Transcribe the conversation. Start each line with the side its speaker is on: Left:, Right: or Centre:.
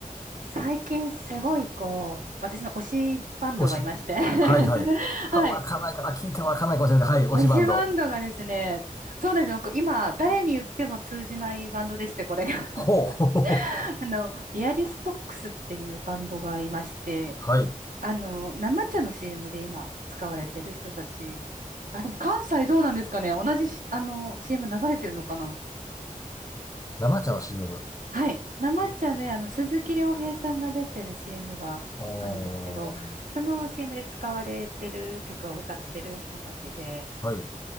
Right: 最近すごいこう、私の推しバンドがいまして。
Left: 推し。
Right: <laughs>
Left: はい、はい。た、
Right: はい。
Left: わかんないかな聞いてもわかんないかもしれないけど。
Right: 推しバンドがですね、
Left: はい、推しバンド。
Right: そうなんですよ。なんか今、誰に言っても通じないバンドでして、これが。
Left: ほう。<laughs> ほうほうほう
Right: <laughs> あの、ビアリストックスっていうバンドがいまして、
Left: はい。
Right: あの、生茶の CM で今使われてる人たち、あ、でも関西どうなんですかね同じし、あの、CM 流れてるのかな
Left: 生茶の CM。
Right: はい。なまっちゃんね、
Left: あ、
Right: あの、鈴木亮平さんが出てる CM があるんですけど、
Left: おー。
Right: その CM で使われてる曲を歌ってる人たちで、
Left: はい。